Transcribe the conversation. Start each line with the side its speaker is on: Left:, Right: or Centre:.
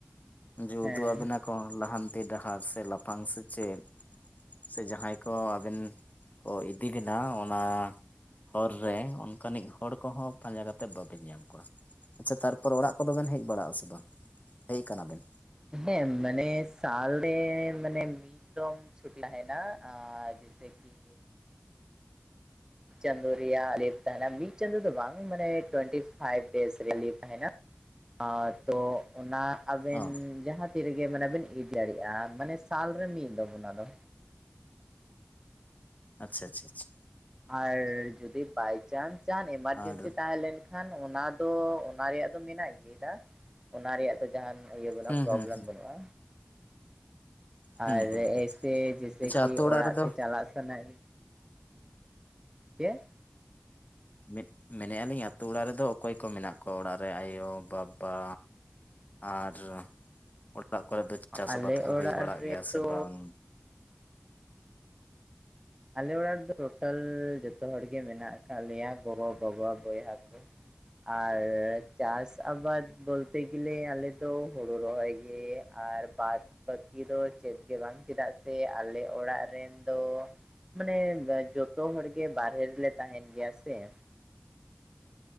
Left: ᱡᱮ
Right: ᱦᱮᱸ
Left: ᱩᱫᱩᱜ ᱟᱵᱮᱱᱟ ᱠᱚ ᱞᱟᱦᱟᱱᱛᱤ ᱰᱟᱦᱟᱨ ᱥᱮ ᱞᱟᱯᱷᱟᱝ ᱥᱮᱪᱮᱫ᱾ ᱥᱮ ᱡᱟᱦᱟᱸᱭ ᱠᱚ ᱟᱵᱮᱱ ᱠᱚ ᱤᱫᱤ ᱵᱮᱱᱟ ᱚᱱᱟ ᱦᱚᱨ ᱨᱮ ᱚᱱᱠᱟᱱᱤᱡ ᱦᱚᱲ ᱠᱚᱦᱚᱸ ᱯᱟᱸᱡᱟ ᱠᱟᱛᱮᱫ ᱵᱟᱵᱮᱱ ᱧᱟᱢ ᱠᱚᱣᱟ᱾ ᱟᱪᱪᱷᱟ ᱾ ᱛᱟᱨᱯᱚᱨ ᱚᱲᱟᱜ ᱠᱚᱫᱚ ᱵᱮᱱ ᱦᱮᱡ ᱵᱟᱲᱟᱜ ᱟᱥᱮ ᱵᱟᱝ ᱦᱮᱡ ᱠᱟᱱᱟ ᱵᱮᱱ?
Right: ᱦᱮᱸ ᱢᱟᱱᱮ ᱥᱟᱞᱨᱮ ᱢᱟᱱᱮ ᱢᱤᱫ ᱫᱷᱚᱢ ᱪᱷᱩᱴᱤ ᱛᱟᱦᱮᱱᱟ ᱟᱨ ᱡᱮᱭᱥᱮ ᱠᱤ ᱪᱟᱸᱫᱳ ᱨᱮᱭᱟᱜ ᱞᱤᱯ ᱛᱟᱦᱮᱱᱟ ᱢᱤᱫ ᱪᱟᱸᱫᱳ ᱫᱚ ᱵᱟᱝ ᱢᱟᱱᱮ ᱴᱚᱭᱮᱱᱴᱤ ᱯᱷᱟᱭᱤᱵ ᱰᱮᱭᱥ ᱨᱮᱭᱟᱜ ᱞᱤᱯ ᱛᱟᱦᱮᱱᱟ᱾ ᱟ ᱛᱚ ᱚᱱᱟ ᱟᱵᱮᱱ
Left: ᱚ
Right: ᱡᱟᱦᱟᱸ ᱛᱤᱨᱮᱜᱮ ᱢᱟᱱᱮ ᱵᱮᱱ ᱤᱫᱤ ᱫᱟᱲᱮᱜᱼᱟ ᱢᱟᱱᱮ ᱥᱟᱞ ᱨᱮ ᱢᱤᱫ ᱫᱚᱢ ᱚᱱᱟ ᱫᱚ᱾
Left: ᱟᱪᱪᱷᱟ ᱟᱪᱪᱷᱟ ᱪᱷᱟ᱾
Right: ᱟᱨ ᱡᱩᱫᱤ ᱵᱟᱭᱪᱟᱱᱥ ᱡᱟᱦᱟᱱ ᱮᱢᱟᱨᱡᱮᱱᱥᱤ
Left: ᱟᱨ
Right: ᱛᱟᱦᱮᱸ ᱞᱮᱱ ᱠᱷᱟᱱ ᱚᱱᱟ ᱫᱚ ᱚᱱᱟ ᱨᱮᱭᱟᱜ ᱫᱚ ᱢᱮᱱᱟᱜ ᱜᱮᱫᱟ ᱚᱱᱟ ᱨᱮᱭᱟᱜ ᱫᱚ ᱡᱟᱦᱟᱱ ᱤᱭᱟᱹ ᱵᱟᱹᱱᱩᱜᱼᱟ
Left: ᱦᱩᱸ
Right: ᱾ ᱯᱨᱚᱵᱽᱞᱮᱢ
Left: ᱦᱩᱸ
Right: ᱵᱟᱹᱱᱩᱜᱼᱟ᱾
Left: ᱦᱩᱸ
Right: ᱟᱨ
Left: ᱦᱩᱸ
Right: ᱮᱭᱥᱮ ᱡᱮᱭᱥᱮ
Left: ᱟᱪᱪᱷᱟ
Right: ᱠᱤ
Left: ᱟᱛᱳ
Right: ᱚᱲᱟᱜ
Left: ᱨᱮᱫᱚ
Right: ᱛᱮ ᱪᱟᱞᱟᱜ ᱥᱟᱱᱟ ᱪᱮᱜ?
Left: ᱢᱮ ᱢᱮᱱᱮᱫᱼᱟ ᱞᱤᱧ ᱟᱛᱩ ᱚᱲᱟᱜ ᱨᱮᱫᱚ ᱚᱠᱚᱭ ᱠᱚ ᱢᱮᱱᱟᱜ ᱠᱚᱣᱟ ᱚᱲᱟᱜ ᱨᱮ ᱟᱭᱳ, ᱵᱟᱵᱟ? ᱟᱨ ᱚᱲᱟᱜ ᱠᱚᱨᱮ ᱫᱚ ᱪᱟᱥ
Right: ᱟᱞᱮ
Left: ᱟᱵᱟᱫ ᱠᱚ
Right: ᱚᱲᱟᱜ
Left: ᱦᱩᱭ ᱵᱟᱲᱟᱜ ᱜᱮᱭᱟ
Right: ᱨᱮᱫᱚ
Left: ᱥᱮ ᱵᱟᱝ?
Right: ᱟᱞᱮ ᱚᱲᱟᱜ ᱨᱮᱫᱚ ᱴᱳᱴᱟᱞ ᱡᱚᱛᱚ ᱦᱚᱲ ᱜᱮ ᱢᱮᱱᱟᱜ ᱟᱠᱟᱫ ᱞᱮᱭᱟ ᱜᱚᱜᱚ ᱵᱟᱵᱟ, ᱵᱚᱭᱦᱟ ᱠᱚ ᱾ ᱟᱨ ᱪᱟᱥ ᱟᱵᱟᱫᱽ ᱵᱚᱞᱛᱮ ᱜᱮᱞᱮ ᱟᱞᱮᱫ ᱫᱚ ᱦᱩᱲᱩ ᱨᱚᱦᱚᱭ ᱜᱮ ᱟᱨ ᱵᱟᱫᱽ ᱵᱟᱹᱠᱤ ᱫᱚ ᱪᱮᱫ ᱜᱮ ᱵᱟᱝ ᱪᱮᱫᱟᱜ ᱥᱮ ᱟᱞᱮ ᱚᱲᱟᱜ ᱨᱮᱱ ᱫᱚ ᱢᱟᱱᱮ ᱡᱚᱛᱚ ᱦᱚᱲ ᱜᱮ ᱵᱟᱨᱦᱮ ᱨᱮᱞᱮ ᱛᱟᱦᱮᱱ ᱜᱮᱭᱟ ᱥᱮ ᱾